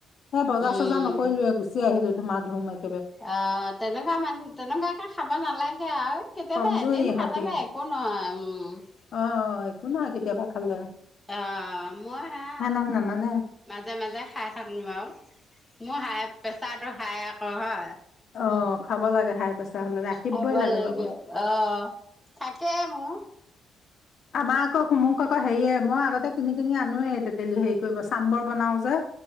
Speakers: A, on the left; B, in the centre.
A: এ বজাৰ
B: উম।
A: চজাৰ নকৰিলো গুচি আহিলো মা ধমে
B: অ তেনেকুৱা মান তেনেকুৱে খাব নালাগে আৰু কেতিয়াবা
A: কমজুৰি
B: এদিন
A: ইহঁতি
B: খালাবা একো নহয় উম <inaudible>
A: অ' একো নহয় কেতিয়াবা খালে <inaudible>
B: অ' মই হে
A: সিহঁতক নামানে
B: মাজে মাজে খাই থাকো বাৰু মোৰ হাই <inaudible> পেছাত হা হয় <inaudible>
A: অ' <inaudible> হাই প্ৰেছাৰ হলে ৰাখিবই
B: ভাবাল লাগে
A: লগত
B: অহ থাকে মোৰ <inaudible>
A: আমাৰ আকৌ মোক আকৌ হেৰিয়ে মই আগতে কিনি কিনি আনোৱেই তেতেলি হেৰি কৰিব চাম্বৰ বনাও যে